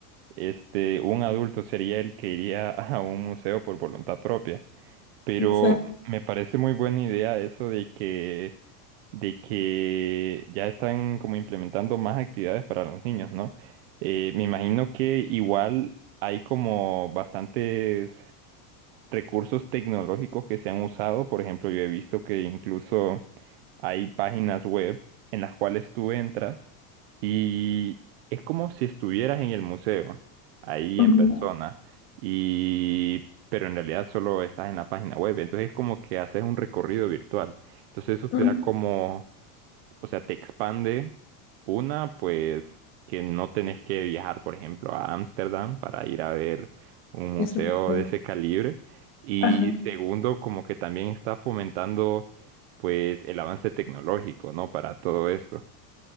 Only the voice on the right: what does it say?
este, un adulto sería el que iría <laughs> a un museo por voluntad propia. Pero
me parece muy buena idea eso de que, de que ya están como implementando más actividades para los niños, ¿no? Eh, me imagino que igual hay como bastantes recursos tecnológicos que se han usado. Por ejemplo, yo he visto que incluso hay páginas web en las cuales tú entras y es como si estuvieras en el museo, ahí
en persona, y pero en realidad solo estás en la página web. Entonces es como que haces un recorrido virtual. Entonces eso te
da como o sea, te expande una, pues que no tenés que viajar, por ejemplo, a Ámsterdam para ir a ver un
museo
de ese calibre. Y
segundo, como que también está fomentando, pues, el avance tecnológico, ¿no? Para todo esto.